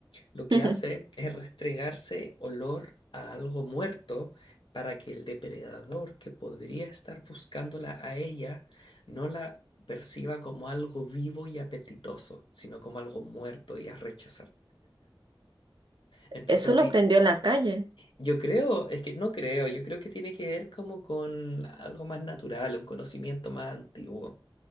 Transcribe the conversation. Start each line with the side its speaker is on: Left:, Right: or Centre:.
Left: Lo que
Right: <laughs>
Left: hace es restregarse olor a algo muerto para que el depredador que podría estar buscándola a ella no la perciba como algo vivo y apetitoso, sino como algo muerto y a rechazar. Entonces,
Right: Eso
Left: sí.
Right: lo aprendió en la calle.
Left: Yo creo, es que no creo, yo creo que tiene que ver como con algo más natural, un conocimiento más antiguo.